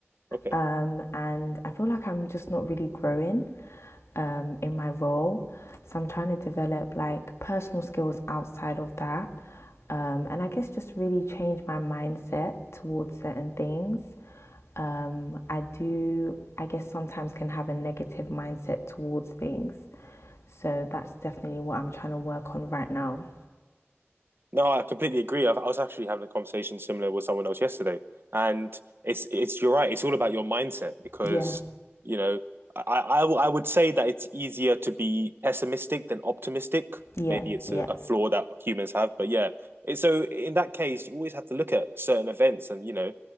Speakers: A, on the right; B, on the left.
A: Okay.
B: Um, and I feel like I'm just not really growing um, in my role. So I'm trying to develop like personal skills outside of that. Um, and I guess just really change my mindset towards certain things. Um, I do, I guess, sometimes can have a negative mindset towards things. So that's definitely what I'm trying to work on right now.
A: No, I completely agree. I've, I was actually having a conversation similar with someone else yesterday, and it's it's you're right. It's all about your mindset because
B: Yeah,
A: you know I I I would say that it's easier to be pessimistic than optimistic.
B: yeah,
A: Maybe it's
B: yeah,
A: a, a flaw that humans have, but yeah. It, so in that case, you always have to look at certain events and you know